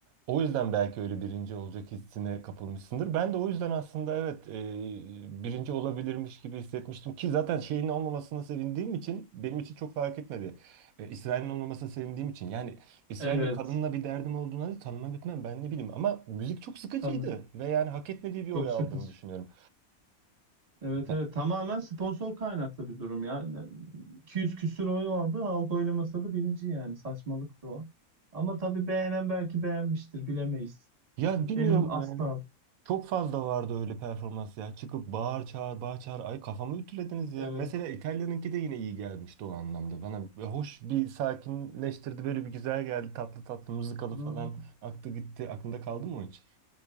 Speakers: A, on the right; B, on the right.
A: O yüzden belki öyle birinci olacak hissine kapılmışsındır. Ben de o yüzden aslında evet e, birinci olabilirmiş gibi hissetmiştim ki zaten şeyin olmamasına sevindiğim için benim için çok fark etmedi. E, İsrail'in olmamasına sevindiğim için yani İsrailli
B: Evet.
A: kadınla bir derdim olduğuna da tanımam etmem ben ne bileyim ama müzik çok sıkıcıydı
B: Tabii.
A: ve yani hak etmediği bir
B: Çok
A: oy aldığını
B: sıkıcı.
A: düşünüyorum.
B: Evet
A: Ya,
B: evet. Tamamen sponsor kaynaklı bir durum ya. 200 küsür oy aldı. Halk oylamasa da birinci yani. Saçmalıktı o. Ama tabii beğenen belki beğenmiştir. Bilemeyiz.
A: ya bilmiyorum
B: Benim asla.
A: e, Çok fazla vardı öyle performans ya. Çıkıp bağır çağır bağır çağır. Ay kafamı ütülediniz ya.
B: Evet.
A: Mesela İtalya'nınki de yine iyi gelmişti o anlamda. Bana hoş bir sakinleştirdi. Böyle bir güzel geldi. Tatlı tatlı mızıkalı
B: Ha,
A: falan. Aktı gitti. Aklında kaldı mı o hiç?